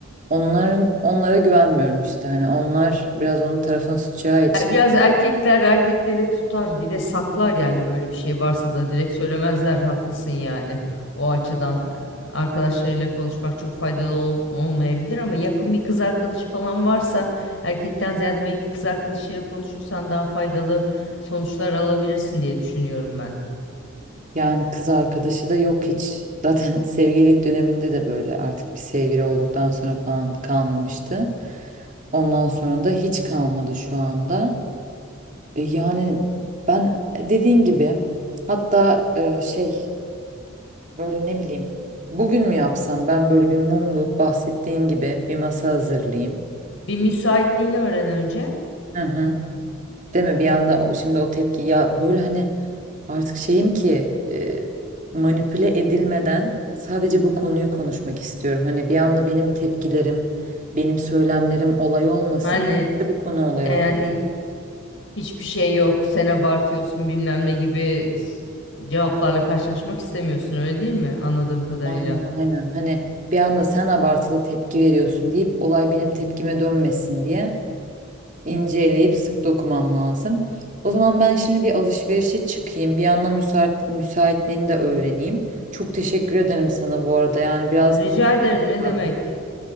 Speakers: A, on the right; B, on the left.
A: Onların
B: Hı hı.
A: onlara güvenmiyorum işte. Hani onlar biraz onun tarafını tutacağı için.
B: Yani biraz erkekler erkekleri tutar bir de saklar yani böyle bir şey varsa da direkt söylemezler haklısın yani o açıdan e, arkadaşlarıyla konuşmak çok faydalı ol- olmayabilir ama yakın bir kız arkadaşı falan varsa erkekten ziyade belki kız arkadaşıyla konuşursan daha faydalı sonuçlar alabilirsin diye düşünüyorum ben.
A: Yani kız arkadaşı da yok hiç. Zaten <laughs> sevgililik döneminde de böyle artık bir sevgili olduktan sonra falan kalmamıştı. Ondan sonra da hiç kalmadı şu anda. E, Yani ben dediğin gibi hatta e, şey Böyle ne bileyim. Bugün mü yapsam ben böyle bir mumlu bahsettiğin gibi bir masa hazırlayayım.
B: Bir müsaitliğini öğren önce
A: Hı hı. Değil mi? Bir anda o- şimdi o tepki ya böyle hani artık şeyim ki e, manipüle edilmeden sadece bu konuyu konuşmak istiyorum. Hani bir anda benim tepkilerim, benim söylemlerim olay olmasın.
B: hani
A: sadece bu konu olay
B: e,
A: olsun.
B: yani hiçbir şey yok sen abartıyorsun bilmem ne gibi s- cevaplarla karşılaşmak istemiyorsun öyle değil mi anladığım kadarıyla.
A: Aynen aynen. Hani bir anda sen abartılı tepki veriyorsun deyip olay benim tepkime dönmesin diye. inceleyip sık dokumam lazım. O zaman ben şimdi bir alışverişe çıkayım. Bir yandan müsait, müsaitliğini de öğreneyim. Çok teşekkür ederim sana bu arada. Yani biraz
B: Rica
A: mutluyum.
B: ederim ne demek?